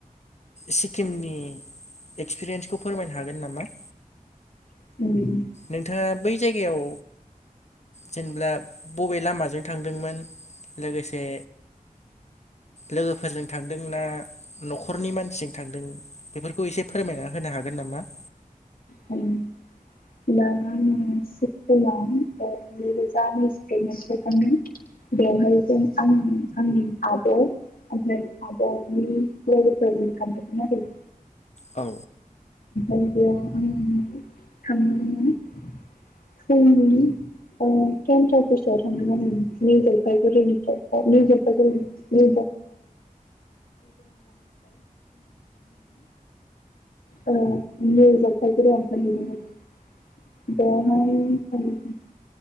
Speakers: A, on the left (about 50°); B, on the left (about 80°).
A: सिक्किमनि एक्सपिरियेन्स खौ फोरमायनो हागोन नामा।
B: <unintelligible>
A: नोंथाङा बै जायगायाव जेनब्ला बबे लामाजों थांदोंमोन लोगोसे लोगोफोरजों थांदोंना न'खरनि मानसिजों थांदों बेफोरखौ एसे फोरमायना होनो हागोन नामा।
B: औ। <unintelligible> बेवहाय जों आङो आंनि आब'। ओमफ्राय आब'नि लोगोफोर थांदोंमोन आरो।
A: औ
B: ओमफ्राय बेयाव आङो <unintelligible> <unintelligible> <unintelligible> थांदों आरो निउ जलफायगुरिनिफ्राय नि जलफाइगुरि <unintelligible> ओ निउ जलफाइगुरियाव ओंखारहैदोंमोन। <unintelligible>